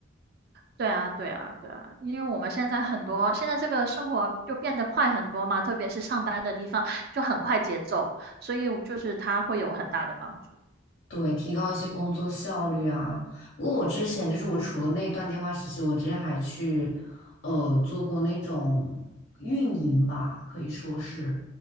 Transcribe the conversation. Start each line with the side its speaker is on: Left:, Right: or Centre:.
Right: 对啊，对啊，对啊，因为我们现在很多，现在这个生活就变得快很多嘛，特别是上班的地方就很快节奏，所以就是它会有很大的帮助。
Left: 对，提高一些工作效率啊。不过我之前就是我除了那一段电话实习，我之前还去呃做过那种运营吧，可以说是